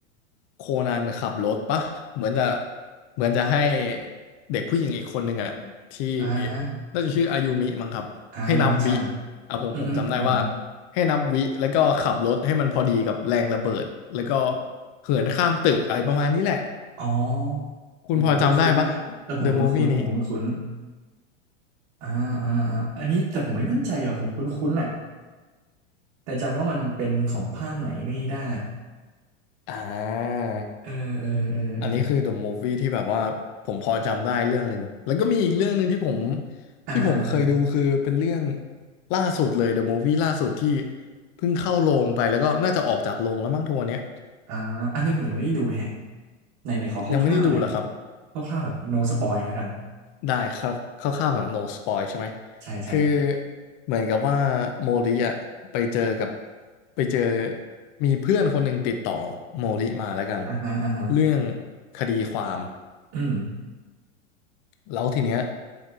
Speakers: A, on the left (about 40°); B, on the right (about 50°).
A: โคนันขับรถปะเหมือนจะเหมือนจะให้เด็กผู้หญิงอีกคนหนึ่งอะที่
B: อ่าฮะ
A: น่าจะชื่ออายุมิมั้งครับให้นับวิ
B: อ่ายูมิจัง
A: อ่ะผมผมจำได้ว่า
B: อือฮึอือฮึ
A: ให้นับวิแล้วก็ขับรถให้มันพอดีกับแรงระเบิดแล้วก็เหินข้ามตึกอะไรประมาณนี้แหละ
B: อ๋อ
A: คุณพอจำได้ปะ
B: โอ้โหคุ้นคุ้นนะเออผมคุ้นคุ้นผมคุ้นคุ้น
A: The Movie นี้
B: อ่าอ่าอ่าอันนี้แต่ผมไม่มั่นใจอ่ะผมคุ้นคุ้นอ่ะ แต่จำว่ามันเป็นของภาคไหนไม่ได้
A: อ่า
B: เออเออเออเออ
A: อันนี้คือ The Movie ที่แบบว่าผมพอจำได้เรื่องหนึ่ง แล้วก็มีอีกเรื่องหนึ่งที่ผม
B: อ่าอ่าอ่า
A: ที่ผมเคยดูคือเป็นเรื่องล่าสุดเลย The Movie ล่าสุดที่เพิ่งเข้าโรงไปแล้วก็น่าจะออกจากโรงแล้วมั้งทัวร์เนี้ย
B: อ่าอันนี้ผมยังไม่ได้ดูแฮะไหนไหนขอคร่าวๆหน่อย
A: ยังไม่ได้ดูเหรอครับ
B: คร่าวๆแบบ no spoil แล้วกัน
A: ได้ครับคร่าวๆแบบ no spoil ใช่ไหม
B: ใช่ใช่
A: คือเหมือนกับว่าโมริอะไปเจอกับไปเจอมีเพื่อนคนหนึ่งติดต่อโมริมาแล้วกัน
B: อ่าฮะอ่าฮะ
A: เรื่องคดีความ
B: อืม
A: แล้วทีเนี้ย